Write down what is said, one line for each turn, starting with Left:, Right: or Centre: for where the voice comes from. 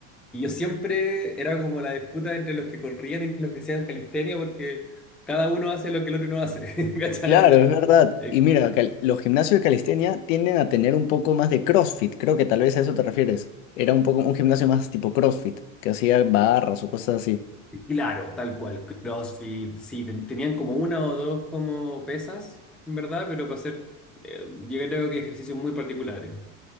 Centre: Y yo siempre era como la disputa entre los que corrían y los que hacían calistenia, porque cada uno hace lo que el otro no hace, <laughs> ¿cachai?
Left: Claro,
Centre: O sea,
Left: es verdad.
Centre: eh,
Left: Y mira, cal- los gimnasios de calistenia tienden a tener un poco más de CrossFit. Creo que tal vez a eso te refieres. Era un poco un gimnasio más tipo CrossFit, que hacía barras o cosas así.
Centre: claro, tal cual, CrossFit, sí, ten- tenían como una o dos como pesas, en verdad, pero para hacer, eh, yo creo que ejercicios muy particulares.